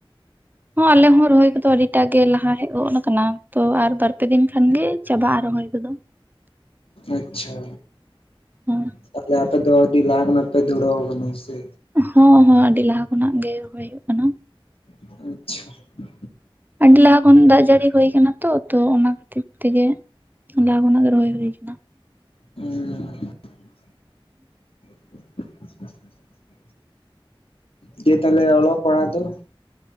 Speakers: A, on the right; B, on the left.
A: ᱦᱚᱸ ᱟᱞᱮ ᱦᱚᱸ ᱨᱚᱦᱚᱭ ᱠᱚᱫᱚ ᱟᱹᱰᱤᱴᱟᱜ ᱜᱮ ᱞᱟᱦᱟ ᱦᱮᱡ ᱜᱚᱱ ᱟᱠᱟᱱᱟ ᱛᱚ ᱟᱨ ᱵᱟᱨᱯᱮ ᱫᱤᱱ ᱠᱷᱟᱱ ᱜᱮ ᱪᱟᱵᱟᱜ-ᱟ ᱨᱚᱦᱚᱭ ᱠᱚᱫᱚ᱾
B: ᱟᱪᱪᱷᱟ,
A: ᱦᱚᱸ
B: ᱛᱟᱦᱞᱮ ᱟᱯᱮᱫᱚ ᱟᱹᱰᱤ ᱞᱟᱦᱟ ᱠᱷᱚᱱᱟᱜ ᱯᱮ ᱫᱷᱩᱨᱟᱹᱣ ᱠᱟᱱᱟ ᱦᱮᱸ ᱥᱮ᱾
A: ᱦᱚᱸ ᱦᱚᱸ, ᱟᱰᱤ ᱞᱟᱦᱟ ᱠᱷᱚᱱᱟᱜ ᱜᱮ ᱨᱚᱦᱚᱭ ᱦᱩᱭᱩᱜ ᱠᱟᱱᱟ᱾
B: ᱟᱪᱪᱷᱟ᱾
A: ᱟᱰᱤ ᱞᱟᱦᱟ ᱠᱷᱚᱱ ᱫᱟᱜ ᱡᱟᱲᱤ ᱦᱳᱭ ᱠᱟᱱᱟ ᱛᱚ ᱛᱚ ᱚᱱᱟ ᱠᱷᱟᱛᱤᱨ ᱛᱮᱜᱮ᱾ ᱞᱟᱦᱟ ᱠᱷᱚᱱᱟᱜ ᱜᱮ ᱨᱚᱷᱚᱭ ᱦᱳᱭ ᱠᱟᱱᱟ᱾
B: <unintelligible> <inaudible> ᱫᱤᱭᱮ ᱛᱟᱞᱦᱮ ᱚᱞᱚᱜ ᱯᱟᱲᱦᱟᱜ ᱫᱚ